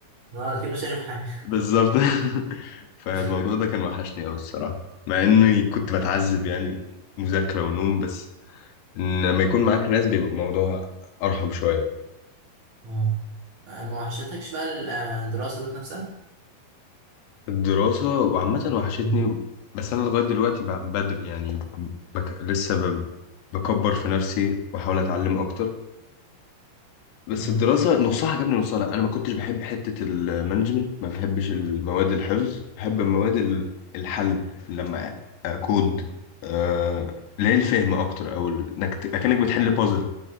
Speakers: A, on the right (about 60°); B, on the left (about 85°).
A: أه أكنه شايف حاجة
B: بالظبط <laughs> فالموضوع
A: <laughs>
B: ده كان وحشني أوي الصراحة مع إني كنت بتعذب يعني من مذاكرة ونوم بس إن لما يكون معاك ناس بيبقى الموضوع أرحم شوية
A: أه ما وحشتكش بقى الدراسة ذات نفسها؟
B: الدراسة وعامة وحشتني
A: امم
B: بس أنا لغاية دلوقتي ب- بدري يعني بك... لسه ب... بكبر في نفسي وأحاول أتعلم أكتر بس
A: امم
B: الدراسة نصها عجبني نصها لا أنا ما كنتش بحب حتة المانجمنت ما بحبش المواد الحفظ بحب المواد ال- الحل لما أكود آه، اللي هي الفهم أكتر أو ال- إنك ت- أكنك بتحل بازل